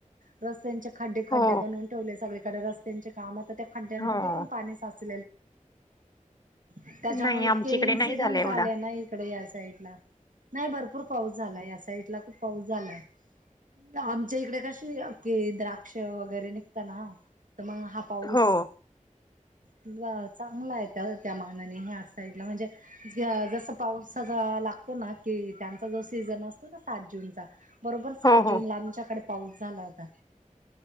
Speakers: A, on the right; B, on the left.
A: रस्त्यांच्या खड्डे खड्डे
B: हो
A: बनवून ठेवले सगळीकडे रस्त्यांचे कामत त्या खड्ड्यांमध्ये
B: हो
A: पण पाणी साच <unintelligible> त्याच्यामुळे
B: नाही
A: इतके
B: आमच्या इकडे
A: इन्सिडंट
B: नाही झाला एवढा
A: झाले ना इकडे या साईड ला भरपूर पाऊस झाला या साईड ला खूप पाऊस झालाय. आमच्या इकडे कशी ते द्रा क्ष वगैरे निघता ना हो तर मग हा पाऊस
B: हो
A: हिवाळ्यात चांगला आहे त्या त्या मानाने ह्या साइडला म्हणजे ज जस पावसाचा लागतो ना कि त्यांचा जो सीझन असतो ना सात जूनचा बरोबर सात
B: हो
A: जून
B: हो
A: ला आमच्याकडे पाऊस झाला होता.